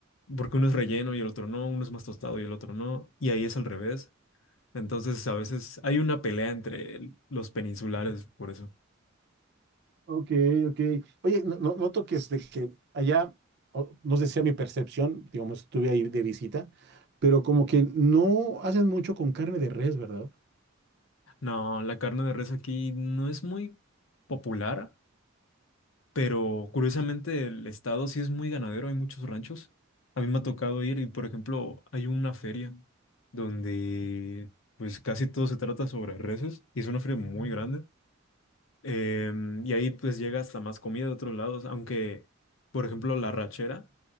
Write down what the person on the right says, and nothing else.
ok, ok. Oye, no, no- noto que, este, que allá, o- no sé si a mi percepción, digamos, estuve ahí de visita, pero como que no hacen mucho con carne de res, ¿verdad?